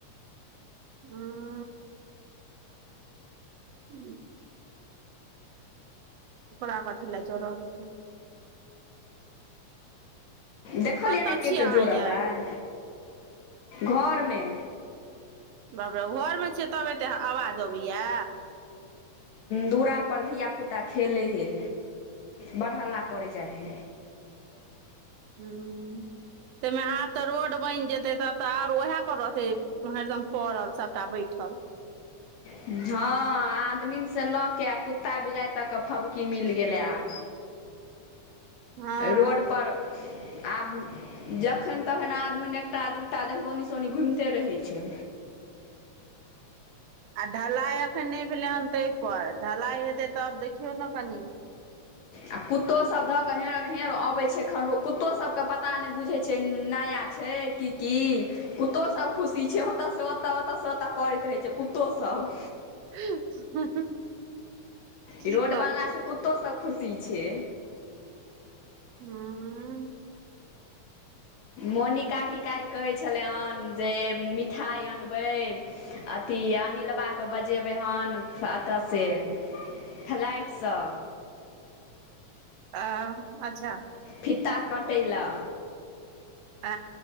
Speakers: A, on the right; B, on the left.
A: हुँ <inaudible> ओकरा कथि ले जोड़लके
B: देखलियै
A: कतऽ
B: ने के
A: छियै
B: के
A: अहाँ
B: जोड़ल
A: यै
B: अइ घरमे
A: बाप रे घरमे छियै तब एते आवाज अबैया
B: दुरा पर धियापुता खेलै हइ बर हल्ला करै जाइ हइ
A: हँ ताहिमे आब तऽ रोड बनि जेतै तब तऽ आर ओएह पर रहतै हरदम पड़ल सभटा बैठल
B: हँ आदमीसँ लऽ के कुत्ता बिलाइ तक क फबकी मिल गेलै आब
A: <inaudible> हँ
B: रोड पर आब जखन तखन आदमी एकटा दूटा देखबौनि सनि घुमिते रहै छै
A: आ ढलाई अखन नय भेलै हन तैय पर ढलाई हेतै तब देखियौ नऽ कनि
B: आ कुत्तो सब ध कऽ हेरक हेर अबै छै खन कुत्तो सब कऽ पता नय बुझे छै छै नया छै की - की कत्तो सभ खुशी छै ओतऽ सँ ओतऽ ओतऽ सँ ओतऽ करै रहै छै कुत्तो सब
A: <unintelligible> की
B: ई रोड
A: करतै
B: बनला सँ कुत्तो सब खुशी छै
A: है
B: मोनि काकी काइल कहै छलै जे मिठाइ अनबै अथि अनिलबा कऽ बजेबै हन अतऽ से फ्लाइटसँ
A: आ अच्छऽ
B: फित्ता कटैय लऽ
A: आ